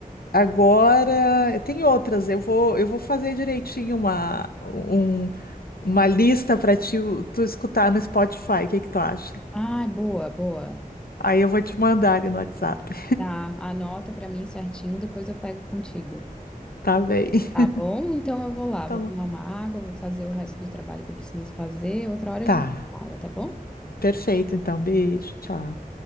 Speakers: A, on the left (about 80°); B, in the centre.
A: agora, tem outras. Eu vou, eu vou fazer direitinho uma, um- uma lista para ti, tu escutar no Spotify. O que que tu acha?
B: Ai, boa, boa.
A: Aí eu vou te mandar ali no WhatsApp.
B: Tá, anota pra mim certinho, depois eu pego contigo.
A: Tá bem.
B: Tá
A: <laughs>
B: bom? Então eu vou lá,
A: Tá
B: vou
A: bom.
B: tomar uma água, vou fazer o resto do trabalho que eu preciso fazer. Outra hora
A: Tá.
B: a gente fala, tá bom?
A: Perfeito, então. Beijo. Tchau.